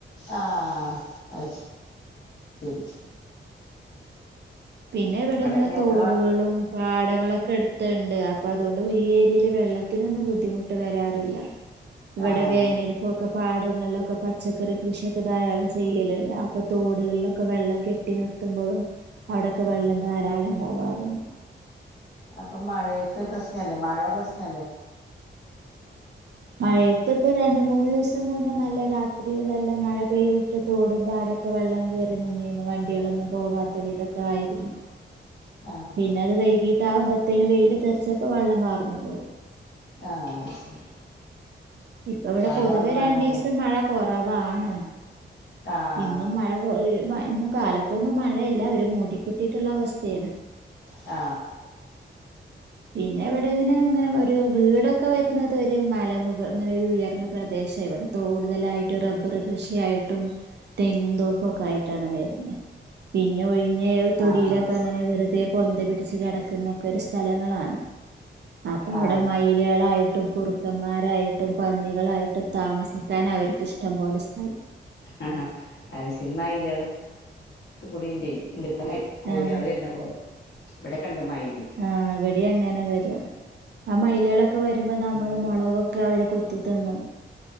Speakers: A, on the left; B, on the right.
A: ആഹ് അത് ശരി
B: പിന്നെ ഇവിടെ ഇങ്ങനെ
A: ഇനി എത്ര
B: തോടുകളും
A: വ
B: പാട ങ്ങളൊക്കെ എടുത്ത്ണ്ട് അപ്പൊ അതുകൊണ്ട് ഈ ഏരിയേല് വെള്ളത്തിനൊന്നും ബുദ്ധിമുട്ട് വരാറില്ല ഇവിടെ
A: ആഹ്
B: വേനല്ക്കൊക്കെ പാടങ്ങളിലൊക്കെ പച്ചക്കറി കൃഷിയൊക്കെ ധാരാളം ചെയ്യലുണ്ട് അപ്പൊ തോടുകളിലൊക്കെ വെള്ളം കെട്ടി നിർത്തുമ്പൊഴും അവിടൊക്കെ
A: ആഹ്
B: വെള്ളം ധാരാളം ഇ പോവാറുണ്ട്
A: അപ്പൊ മഴയത്ത് പ്രശ്ന അല്ലേ മഴ പ്രശ്നല്ലേ
B: മഴയത്ത് ഇപ്പൊ രണ്ട് മൂന്ന് ദിവസം മുന്നെ നല്ല രാത്രിയില് നല്ല മഴ പെയ്തിട്ട് തോടുംമ്പാടൊക്കെ വെള്ളം കേറി നിന്നീനു വണ്ടികളൊന്നും പോവാത്ത വിധോക്കെ ആയിരുന്നു
A: ആഹ്
B: പിന്നെ അത് വൈകി മുട്ടാവുമ്പോത്തേന് വെയില് തെറച്ചക്കൊ വെള്ളം വാർന്നു പോയി
A: ആഹ് അത് ശരി
B: ഇപ്പ ഇവിടെ
A: മഴ
B: പൊതുവെ
A: വന്നാലാണല്ലേ
B: രണ്ടീസം മഴ കൊ റവാണ്
A: ആഹ്
B: ഇന്നും മഴ പോയി വ ഇന്നും കാലത്തൊന്നും മഴയില്ല ഒര് മൂടിക്കെട്ടീട്ടുള്ള അവസ് ത്തയാണ്
A: ആ
B: പിന്നെ ഇവിടങ്ങനെ ഇങ്ങനെ ഒരു വീടൊ ക്കെ വരുന്നത് ഒരു മല മുക ഇങ്ങനൊരു ഉയർന്ന പ്ര ത്യാശം ഇവിടെ തൂടുതലായിട്ടും റബ്ബർ കൃഷിയായിട്ടും തെങ്ങും തോപ്പുംക്കെ ആയിട്ടാണ് വരുന്നത് പിന്നെ ഒഴി ഞ്ഞെ തൊടിയിലൊക്കെ
A: ആഹ് അത്
B: അങ്ങനെ
A: ശരി
B: വെറുതെ പൊന്ത പിടിച്ച് കെടക്കുന്നൊക്കൊരു സ്ഥലം ങ്ങളാണ് അപ്പോം
A: ആഹ്
B: വിടെ മയിലളായി ട്ടും കുറുക്കമ്മാരായിട്ടും പന്നികളായിട്ടും താമസിക്കാൻ അവര്ക്കിഷ്ടം പോലെ സ്....
A: അഹാ അഹ് ശരി മയില്ള് ത് കുടിണ്ടേ മു.... ന്നെ കോഴിയാള്
B: ആഹ്
A: വരുന്ന പോലെ ഇവിടെകണ്ട് മയില്
B: ആഹ് ഇവിടെയും അങ്ങനെ വരും ആ മയിലോലക്കെ വരുമ്പോ നമ്മള്
A: ഉം
B: മുളകൊക്കെ അവര് കൊത്തിത്തിന്നും